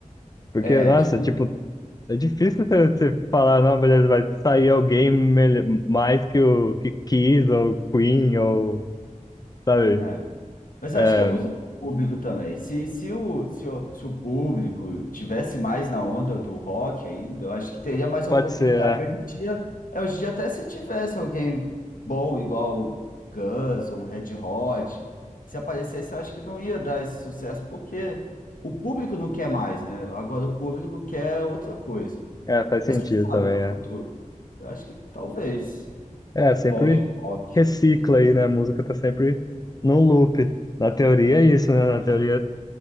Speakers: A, on the left; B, on the left.
A: Porque,
B: É,
A: nossa,
B: difí-
A: tipo, é difícil você, você falar, não, beleza, vai sair alguém mele- mais que o que Kiss ou Queen ou, sabe?
B: é. Mas eu
A: É,
B: acho que é muito do público também. Se, se, o, se, o, se o público tivesse mais na onda do rock ainda, eu acho que teria mais oportunidade.
A: Pode ser, é.
B: Hoje em dia, é, hoje em dia até se tivesse alguém bom, igual Guns ou um Red Hot, se aparecesse, eu acho que não ia dar esse sucesso, porque o público não quer mais, né? Agora o público quer outra coisa.
A: É, faz
B: Mas
A: sentido
B: quem sabe
A: também,
B: no
A: é.
B: futuro? Eu acho que talvez.
A: É, sempre
B: Volte o rock.
A: recicla aí, né? A música tá sempre no loop. Na teoria é isso, né? Na teoria,